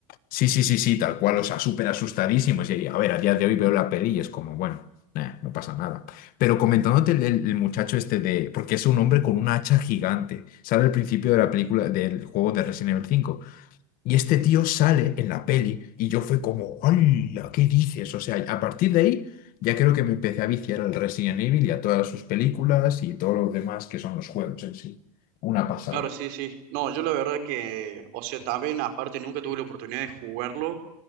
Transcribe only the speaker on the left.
Sí, sí, sí, sí, tal cual, o sea, súper asustadísimos. Y a ver, a día de hoy veo la peli y es como, bueno, nah, no pasa nada. Pero comentándote el, el- el muchacho este de, porque es un hombre con una hacha gigante, sale al principio de la película, del juego de Resident Evil 5. Y este tío sale en la peli y yo fue como, ¡hala! ¿Qué dices? O sea, a partir de ahí ya creo que me empecé a viciar al Resident Evil y a todas sus películas y todo lo demás que son los juegos en sí. Una pasada.